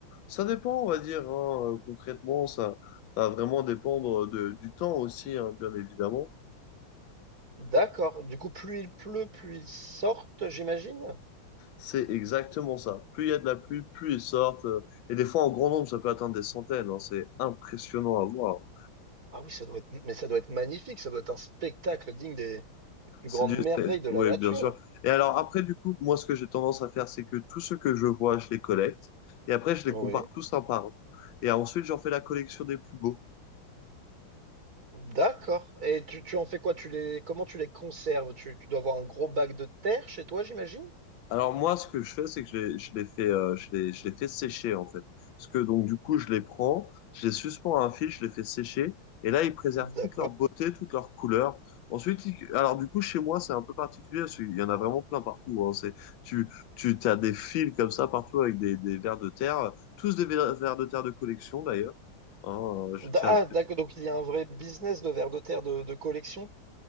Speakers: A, on the left; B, on the right.
A: Ça dépend, on va dire, hein. Euh, Concrètement, ça, ça va vraiment dépendre euh, de, du temps aussi, hein, bien évidemment.
B: D'accord. Du coup, plus il pleut, plus ils sortent, j'imagine.
A: C'est exactement ça. Plus il y a de la pluie, plus ils sortent. euh, Et des fois, en grand nombre, ça peut atteindre des centaines. hein. C'est impressionnant à voir.
B: Ah oui, ça doit être mais ça doit être magnifique, ça doit être un spectacle digne des, des plus
A: C'est
B: grandes
A: du...
B: merveilles de
A: Oui,
B: la nature.
A: bien sûr. Et alors, après, du coup, moi, ce que j'ai tendance à faire, c'est que tout ce que je vois, je les collecte. Et après, je
B: Oui.
A: les compare tous un par un. Et ensuite, j'en fais la collection des plus beaux.
B: D'accord. Et tu, tu en fais quoi? Tu les, comment tu les conserves? Tu, tu dois avoir un gros bac de terre chez toi, j'imagine?
A: Alors moi, ce que je fais, c'est que je les, je les fais, euh, je les, je les fais sécher en fait. Parce que donc du coup, je les prends, je les suspends à un fil, je les fais sécher, et là, ils préservent
B: D'accord.
A: toute leur beauté, toute leur couleur. Ensuite, ils- alors du coup, chez moi, c'est un peu particulier, parce qu'il y en a vraiment plein partout. Hein. C'est, tu, tu as des fils comme ça partout avec des, des vers de terre, tous des vers, vers de terre de collection d'ailleurs. Hein, euh, je tiens
B: D- Ah,
A: à le...
B: d'accord. Donc il y a un vrai business de vers de terre de, de collection.